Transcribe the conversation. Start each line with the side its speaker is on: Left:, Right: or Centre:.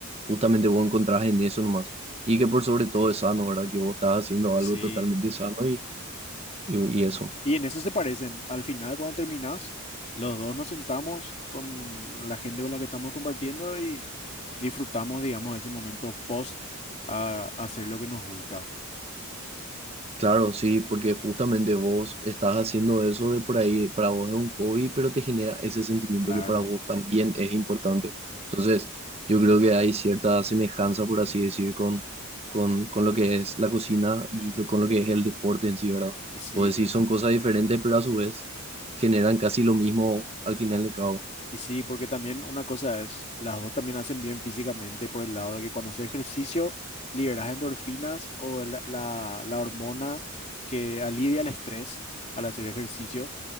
Right: justamente vos encontrás en eso nomás. Y que por sobre todo es sano, ¿verdad? Que vos estás haciendo
Left: Sí.
Right: algo totalmente sano y, y, y eso.
Left: Y en eso se parecen. Al final, cuando terminás, los dos nos sentamos con la gente con la que estamos compartiendo y disfrutamos, digamos, ese momento post a hacer lo que nos gusta.
Right: Claro, sí, porque justamente vos estás haciendo eso de por ahí, para vos es un hobby, pero te genera ese sentimiento
Left: Claro.
Right: que para vos también es importante. Entonces, yo creo que hay cierta semejanza, por así decir, con, con, con lo que es la cocina y lo- con lo que es el deporte en sí, ¿verdad?
Left: Y sí,
Right: Pues sí, son cosas diferentes, pero a su vez generan casi lo mismo al final de cabo.
Left: Y sí, porque también una cosa es, las dos también hacen bien físicamente por el lado de que cuando haces ejercicio liberas endorfinas o la, la, la hormona que alivia el estrés al hacer ejercicio.